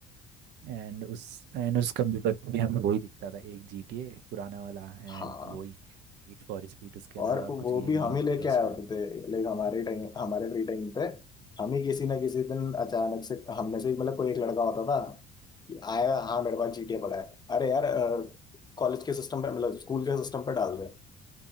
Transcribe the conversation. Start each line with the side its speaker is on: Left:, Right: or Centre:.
Right: एंड उस एंड उस कंप्यूटर पे भी हमें वही दिखता था एक GTA पुराना वाला एंड
Left: हाँ
Right: वही नीड फॉर स्पीड उसके अलावा
Left: और
Right: और
Left: वो
Right: कुछ गेम
Left: भी हम
Right: ही नहीं होता
Left: ही लेके
Right: था उसमें
Left: आए होते थे लाइक हमारे टाइम हमारे फ्री टाइम पे हम ही किसी ना किसी दिन अचानक से हम में से ही मतलब कोई एक लड़का होता था कि आया हाँ मेरे पास जीटीए पड़ा है अरे यार कॉलेज के सिस्टम पे मतलब स्कूल के सिस्टम पे डाल दे